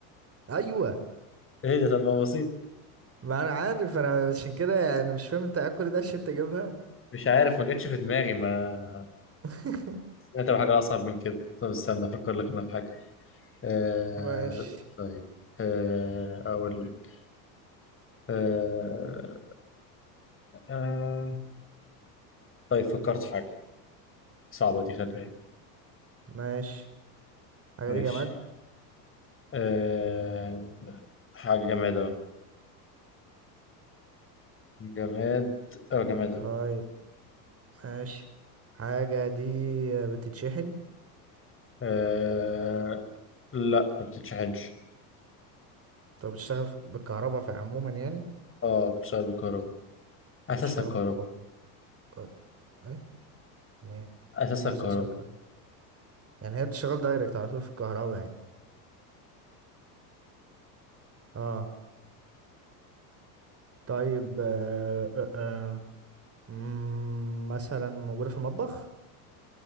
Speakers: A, on the right; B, on the left.
A: أيوة
B: ايه ده طب ما بسيط
A: ما أنا عارف أنا عشان كده يعني مش فاهم أنت قاعد كل ده عشان تجيبها
B: مش عارف ما جاتش في دماغي ما
A: <laughs>
B: انت بحاجه اصعب من كده طب استنى افكر لك انا في حاجه آه...
A: ماشي
B: طيب آه... اقول لك آه... آه... طيب فكرت في حاجه صعبه دي خلي بالك
A: ماشي حاجة
B: ماشي
A: دي جماد
B: آه... حاجه جماد اهو جماد اه جماد
A: طيب
B: اهو
A: ماشي حاجة دي بتتشحن
B: آه... لا ما بتتشحنش
A: طب بتشتغل في- بالكهرباء في عموما يعني
B: اه بتشتغل بالكهرباء اساسها
A: بتشتغل
B: كهرباء
A: بالكهرباء اه، ايه يعني ايه
B: اساسها
A: يعني ايه
B: كهرباء
A: اساسها كهرباء يعني هي بتشتغل دايركت على طول في الكهرباء يعني اه طيب آه آه آه مم، مثلا موجودة في المطبخ